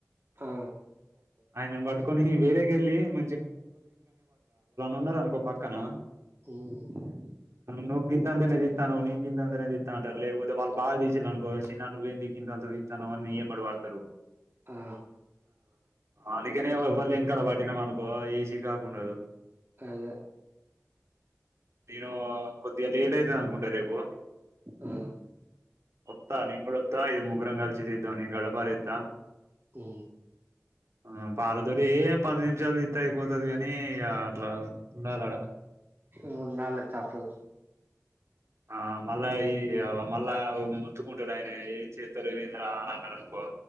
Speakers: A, on the right; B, on the right.
A: ఆ!
B: ఆయన బటు కొన్ని వేరే <inaudible> ఉన్నారనుకో పక్కన
A: హ్మ్.
B: నువు గింతంతనే తన్నవ్ నేన్ గింతంతనే టరు లేకపోతే వాళ్ళు బాగా తీసిన్లనుకో నువేంది గింతంత తిత్తనవ్ అని నీ ఏయంబడిపడ్తరు.
A: ఆ!
B: అందుకనే ఎవల్ లేని కాడా పట్టినవ్ అను ఏసీకాకుండదు.
A: కాద
B: నేను కొద్దిగా లేట్ అయితదనుకుంటా రేపూ
A: ఆ!
B: ఓ త్త నేన్ గూడా వత్తా ఇది ముగ్గురం కల్సి చేద్దాం నేన్ గడ్డపారేత్తా
A: హ్
B: ఆ పారతోటి ఏ పది నిమిషాలు అయిపోతది గాని ఇగ అట్లా ఉండాలడా
A: మూడు నాలు తప్పదు
B: ఆ మళ్ళ ఈ మళ్ళా మొత్తుకుంటడు ఆయన ఏ చేత్తలేవ్ ఎందిరా అని అన్నడ్ అనుకో